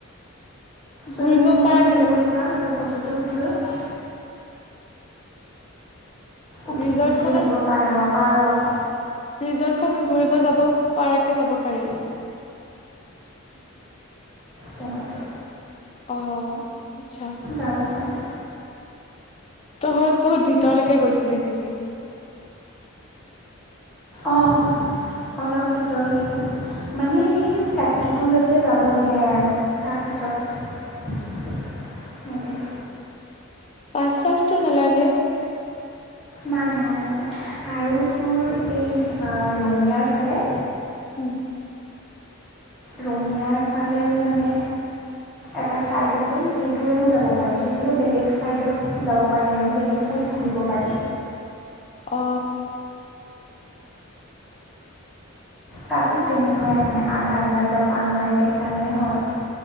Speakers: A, in the centre; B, on the left.
A: চুইমিং
B: ঘূৰিব
A: পুলটোত
B: পৰাকে
A: হেৰি
B: যাব
A: কৰি ফটোচোট টকিঅ' উঠি
B: ৰিজৰ্ট
A: গুচি
B: খনত
A: আহিব পাৰোঁ আ বাৰৰ
B: ৰিজৰ্ট খত ঘূৰিব যাব পাৰকে যাব পাৰি
A: তেনেকে
B: অ আচ্ছা
A: যাব পাৰি
B: তহঁত বহুত ভিতৰলৈকে গৈছিলি নেকি
A: অঁ অলপ ভিতৰলৈকে মানে সেই ফেক্টৰীটোলৈকে যাব দিয়ে আৰু তাৰপিছত নিদিয়ে
B: পাঁচ টো নালাগে
A: নাই নাই নালাগে আৰু তোৰ এই ৰঙিয়াৰ ফালে।
B: উম।
A: ৰঙিয়াৰ ফালেও মানে এটা ছাইড আছে সেইটোৰেও যাব পাৰে সেইটোৰে বেলেগ ছাইডত যাব পাৰে আৰু বেলেগ চাইড ঘূৰিব পাৰে।
B: অ
A: তাতো তেনেকুৱাই মানে আধাৰ কাৰ্ড বা পান কাৰ্ড দেখালে হয়।